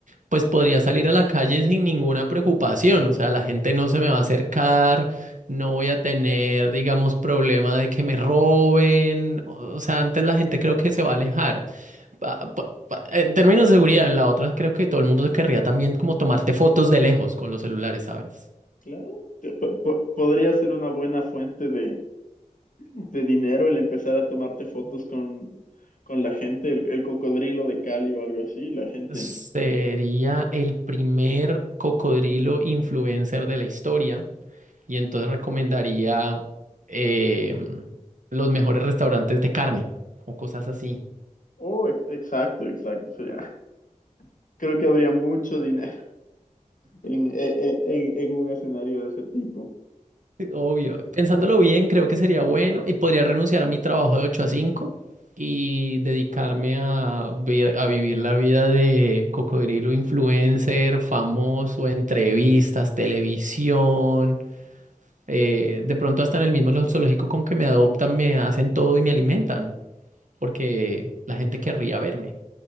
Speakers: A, on the right; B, on the left.
A: pues podría salir a la calle sin ninguna preocupación, o sea, la gente no se me va a acercar, no voy a tener, digamos, problema de que me roben, o o sea, antes la gente creo que se va a alejar. Pa- pa- pa- En términos de seguridad, en la otra creo que todo el mundo se querría también como tomarte fotos de lejos con los celulares, ¿sabes?
B: Claro, te- po- po- podría ser una buena fuente de de dinero el empezar a tomarte fotos con, con la gente, el, el cocodrilo de Cali o algo así, la gente.
A: Sería el primer cocodrilo influencer de la historia y entonces recomendaría eh, los mejores restaurantes de carne o cosas así.
B: Oh, ex- exacto, exacto. Sería, creo que habría mucho dinero en, en, en- en un escenario de ese tipo.
A: Sí, Obvio. Pensándolo bien, creo que sería bueno y podría renunciar a mi trabajo de 8 a 5 y dedicarme a, vi- a vivir la vida de cocodrilo influencer, famoso, entrevistas, televisión Eh, de pronto hasta en el mismo lo- zoológico como que me adoptan, me hacen todo y me alimentan, porque la gente querría verme.